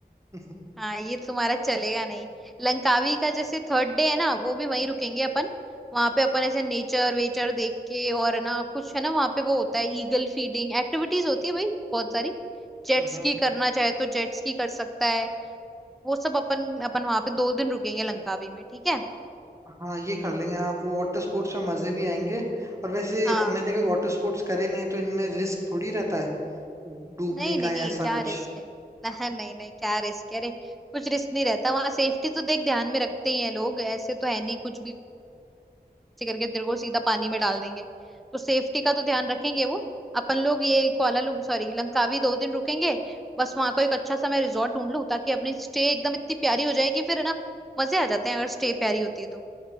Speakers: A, on the right (about 15°); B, in the centre.
A: <laughs>
B: हाँ ये तुम्हारा चलेगा नहीं लंकावी का जैसे थर्ड डे है ना वो भी वहीं रुकेंगे अपन वहां पे अपन ऐसे नेचर वेचर देख के और है ना कुछ है ना वहां पे वो होता है ईगल फीडिंग एक्टिविटीज होती है भाई बहुत सारी जेट
A: हम्म
B: स्की करना चाहे तो जेट स्की कर सकता है वो सब अपन अपन वहां पे दो दिन रुकेंगे लंकावी में ठीक है
A: हाँ ये कर लेंगे हाँ वो वाटर स्पोर्ट्स में मजे भी आएंगे और वैसे
B: हाँ
A: मैंने कभी वाटर स्पोर्ट्स करे नहीं है तो इनमें रिस्क थोड़ी रहता है डूबने
B: नहीं
A: का
B: नहीं
A: या ऐसा
B: क्या
A: कुछ
B: रिस्क है <laughs> नहीं नहीं नहीं क्या रिस्क है अरे कुछ रिस्क नहीं रहता वहां सेफ्टी तो देख ध्यान में रखते ही हैं लोग ऐसे तो है नहीं कुछ भी से करके तेरे को सीधा पानी में डाल देंगे तो सेफ्टी का तो ध्यान रखेंगे वो अपन लोग ये कुआलालंपुर सॉरी लंकावी दो दिन रुकेंगे बस वहां को एक अच्छा सा मैं रिजॉर्ट ढूंढ लूं ताकि अपनी स्टे एकदम इतनी प्यारी हो जाए कि फिर है ना मजे आ जाते हैं अगर स्टे प्यारी होती है तो